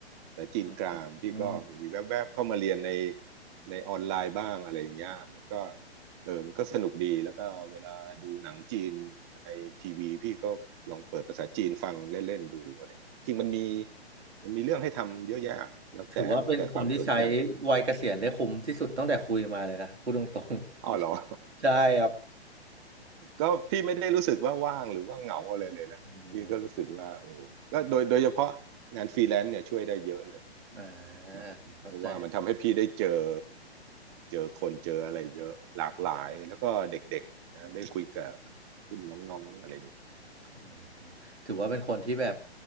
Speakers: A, on the right; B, on the right.
A: ภาษาจีนกลางพี่ก็มีแวบๆเข้ามาเรียนใน
B: อืมอืม
A: ในออนไลน์บ้างอะไรอย่างเงี้ยมันก็เออมันก็สนุกดีแล้วก็เวลาดูหนังจีนในทีวีพี่ก็ลองเปิดภาษาจีนฟังเล่นๆดูอะไร จริงมันมีมันมีเรื่องให้ทำเยอะแยะแล้วแต่แล้วแต่ความสนใจ
B: ถือว่าเป็นคนที่ใช้วัยเกษียณได้คุ้มที่สุดตั้งแต่คุยมาเลยนะพูดตรง
A: อ้าวเหรอ
B: ๆ
A: <laughs>
B: <laughs> ใช่ครับ
A: ก็พี่ไม่ได้รู้สึกว่าว่างหรือว่าเหงาอะไรเลยนะพี่ก็รู้สึกว่าเออก็โดยโดยเฉพาะงานฟรีแลนซ์เนี่ยช่วยได้เยอะเลย
B: อืมอ่า
A: นะเพราะว่ามันทำให้พี่ได้เจอ
B: เข้าใจ
A: เจอคนเจออะไรเยอะหลากหลายแล้วก็เด็กๆนะได้คุยกับรุ่นน้องๆอะไรอย่างี้
B: อืมอืมถือว่าเป็นคนที่แบบ